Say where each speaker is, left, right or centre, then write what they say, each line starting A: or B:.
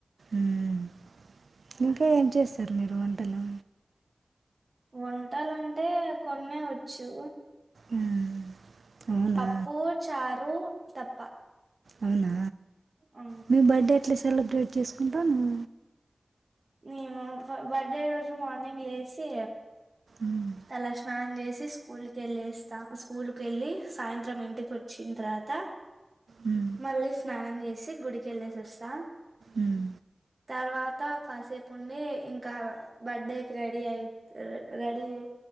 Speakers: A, on the right (about 90°); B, on the right (about 50°).
A: మ్మ్ ఇంకా ఏం చేస్తారు మీరు వంటలు
B: వంటలంటే కొన్నే వచ్చు
A: మ్మ్ అవునా
B: పప్పు చారు తప్ప
A: అవునా
B: ఆ
A: మీ బడ్డే ఎట్ల స్ సెలబ్రేట్ చేసుకుంటాను
B: నేను బ బడ్డే కోసం మానింగ్ లేసి
A: మ్మ్.
B: తల స్నానం జేసి స్కూల్కెళ్ళేస్తా స్కూల్ కెళ్ళి సాయంత్రం ఇంటికి వొచ్చిన్ తర్వాత
A: మ్మ్.
B: మళ్ళీ స్నానం జే సి గుడికెల్లేసొస్తా
A: మ్
B: తర్వాత కాసేపుండి ఇంకా బడ్డే కి రెడీ అయిత్ రె రెడీ జే